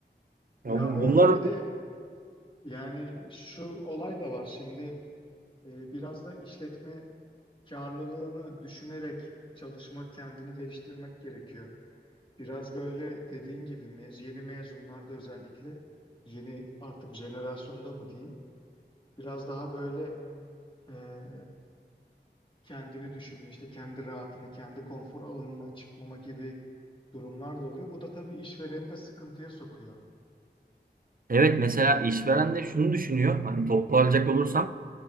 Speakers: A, on the left (about 25°); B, on the right (about 50°).
A: Ya
B: Ya bu-
A: orada
B: bunlar
A: bir de yani şu olay da var şimdi e, biraz da işletme karlılığını düşünerek çalışmak, kendini geliştirmek gerekiyor. Biraz böyle dediğin gibi mez yeni mezunlarda özellikle yeni artık jenerasyonda mı diyeyim biraz daha böyle eee, kendini düşünme işte kendi rahatını kendi konfor alanından çıkmama gibi durumlar da oluyor. Bu da tabii işvereni de sıkıntıya sokuyor.
B: Evet mesela işveren de şunu düşünüyor. Hani toparlayacak olursam